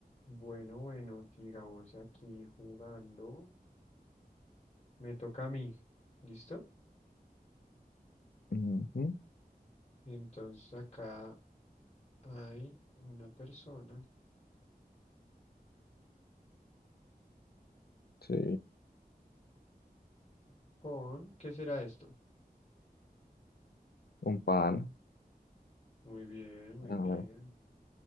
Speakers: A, on the left; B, on the left.
A: Bueno, bueno, sigamos aquí jugando. Me toca a mí. ¿Listo?
B: Ujú,
A: Entonces acá hay una persona
B: Sí,
A: con... ¿Qué será esto?
B: un pan.
A: Muy bien, muy
B: A
A: bien.
B: ver,